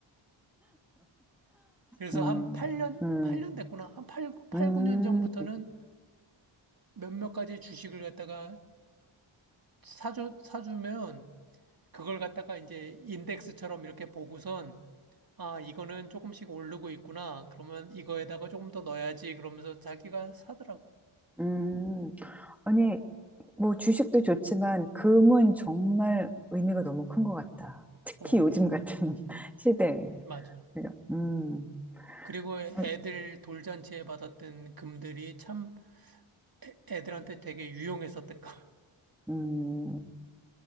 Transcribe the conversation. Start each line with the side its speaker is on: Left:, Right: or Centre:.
Right: 그래서
Centre: 음,
Right: 한 8년,
Centre: 음,
Right: 팔 년 됐구나. 한 8, 팔
Centre: 음,
Right: 9년 전부터는 몇몇 가지 주식을 갖다가 사줘, 사주면 그걸 갖다가 이제 인덱스처럼 이렇게 보고선 아, 이거는 조금씩 오르고 있구나. 그러면 이거에다가 조금 더 넣어야지. 그러면서 자기가 사더라고.
Centre: 음. 아니, 뭐 주식도 좋지만 금은 정말 의미가 너무 큰 것 같다. 특히
Right: 어,
Centre: 요즘 같은 <laughs> 시대에.
Right: 맞아.
Centre: 그죠? 음,
Right: 그리고 애들
Centre: 아유,
Right: 돌잔치에 받았던 금들이 참 애- 애들한테 되게 유용했었던 거. <laughs>
Centre: 음,